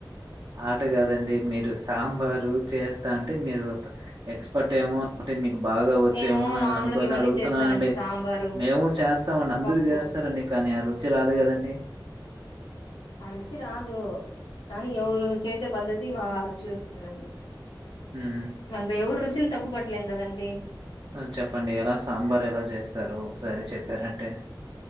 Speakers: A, on the right; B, on the left.
A: ఆట కాదండి మీరు సాంబారు చేస్తా అంటే మీరు ఎక్స్పర్ట్ ఏమో అంటే మీకు బాగా వచ్చేమో
B: నేను
A: అని
B: నార్మల్గా
A: అనుకొని
B: ఇవన్నీ
A: అడుగుతున్నానండి.
B: చేస్తానండి సాంబారు
A: మేము చేస్తామండి అందరు
B: పప్పు
A: చేస్తారండి కానీ ఆ రుచి రాదు కదండి.
B: ఆ రుచి రాదు కానీ ఎవరు చేసే పద్ధతి వారి రుచి వస్తుందండి.
A: హ్మ్.
B: మనం ఎవరి రుచిని తప్పు పట్టలేం కదండి.
A: ఆ చెప్పండి ఎలా సాంబార్ ఎలా చేస్తారు ఒకసారి చెప్పారంటే